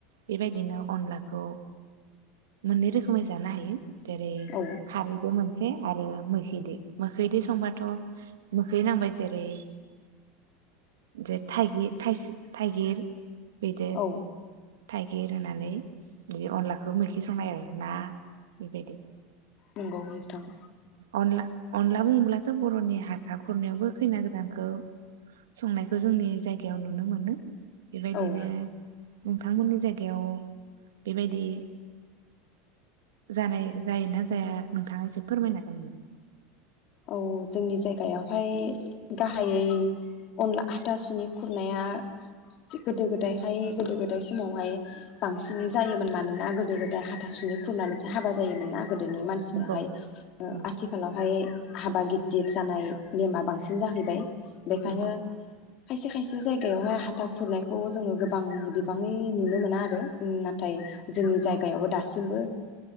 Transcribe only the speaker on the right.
बेबायदि बिदिनो अनलाखौ मोननै रोखोमै जानो हायो। जेरै
खारैदो मोनसे आरो मैस मोखैजों मोखैजों संबाथ' मोखै नांबाय जेरै ज थाइगि थायसो थाइगिर बिदो
थाइगिर होनानै बिदि अनलाखौ मैखि संनाय आरो ना बेबायदि
अनला अनला बुङोब्लाथ' बर'नि हाथा खुरनायावबो खैना गोदानखौ संनायखौ जोंनि जायगायाव नुनो मोनो। बेबायदिनो
नोंथांमोननि जायगायाव बेबायदि जानाय जायोना जाया नोंथाङा एसे फोरमायनो हागोन नामा?
नंगौ नंगौ
नंगौ